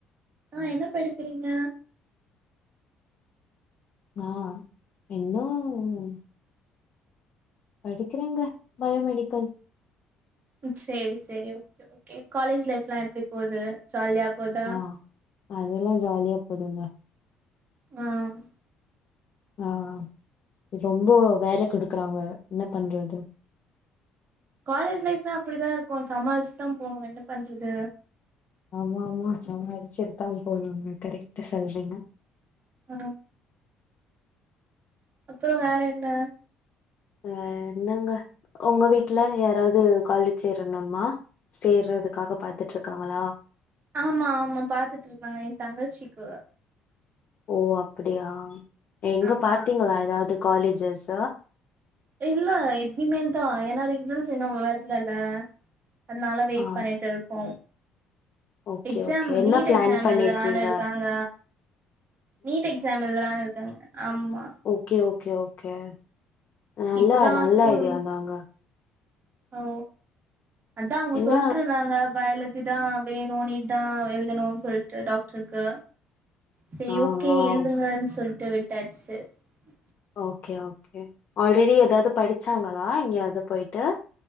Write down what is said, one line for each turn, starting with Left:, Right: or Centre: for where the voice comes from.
Right: ஆஹ் என்ன படிக்கிறீங்க
Left: ஆஹ் இன்னும் படிக்கறேங்க பயோமெடிக்கல்
Right: செரி செரி ஒகே ஒகே காலேஜ் லைஃப் எல்லா எப்படி போகுது ஜாலியா போதா
Left: ஆ அதெல்லா ஜாலியா போதுங்க
Right: ஆஹ்
Left: ஆஹ ரொம்ப வேல கொடுக்குறாங்க என்ன பண்றது
Right: காலேஜ் லைப் தான் அப்படிதான் இருக்கும் சமாளிச்சுதான் போணும் என்ன பண்றது
Left: ஆமா ஆமா சாமலிச்சுட்டு தான் போணுங்க கரெக்ட சொல்றீங்க
Right: அ அப்பறோ வேற என்ன
Left: வேற என்னங்க உங்க வீட் ட்ல யாராவது காலேஜ் சேரணும்மா சேர்றதுக்காக பாத்துட்டு இருக்காங்களா
Right: ஆமா ஆமா பாத்துட்டு இருக்காங்க என் தங்கச்சிக்கு
Left: ஓ அப்ப அப்டியா எங்க
Right: ஆமா
Left: பாத்தீங்களா ஏதாவது காலேஜ் ஜச
Right: இல்ல இனிமேல் தான் ஏன்னா ரிசல்ஸ் இன்னும் வரலல அதனால வெயிட்
Left: ஆ
Right: பண்ணிட்டு இருக்கோம்
Left: ஓகே
Right: எக்ஸாம்
Left: ஓகே என்ன
Right: நீட்
Left: பிளான்
Right: எக்ஸாம்
Left: பண்ணிருக்கீங்க
Right: எழுதலானு இருக்காங்க நீட் எக்ஸாம் எழுதலாம் இருக்காங்க ஆமா
Left: ஓகே ஓகே ஓகே நல்லா
Right: இப்பதா
Left: நல்ல
Right: ஸ்கூல்
Left: ஐடியாந்தாங்கா
Right: ஓ அதான் அவங்க
Left: என்ன
Right: சொல்ட்டுருந்தாங்க பயலஜ் இது தான் வேணும் நீட்தான் எழுதணுன் சொல்ட்டு டாக்டர்க்கு செரி
Left: ஆ
Right: ஓகே
Left: ஆ
Right: எழுதுங்கன் சொல் <unintelligible>
Left: ஓகே ஓகே ஆல்ரெடி ஏதாவது படிச்சாங்களா எங்யாது போயிட் ட